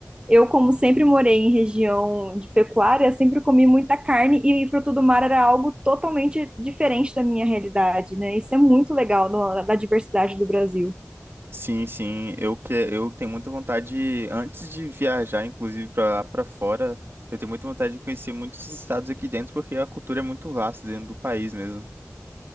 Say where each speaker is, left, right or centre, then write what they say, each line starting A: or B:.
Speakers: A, on the right; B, on the right.
A: Eu, como sempre morei em região de pecuária, sempre comi muita carne e fruto do mar era algo totalmente diferente da minha realidade, né? Isso é muito legal no- da diversidade do Brasil.
B: Sim, sim. Eu, que... eu tenho muita vontade, antes de viajar, inclusive, para lá para fora, eu tenho muita vontade de conhecer muitos estados aqui dentro, porque a cultura é muito vasta dentro do país mesmo.